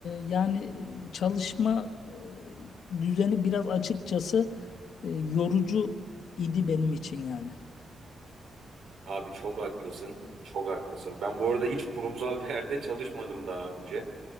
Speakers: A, on the left (about 75°); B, on the right (about 80°).
A: yani e, çalışma e, düzeni biraz açıkçası e, yorucu idi benim için yani.
B: Abi çok haklısın. Çok haklısın. Ben bu arada hiç kurumsal bir yerde çalışmadım daha önce.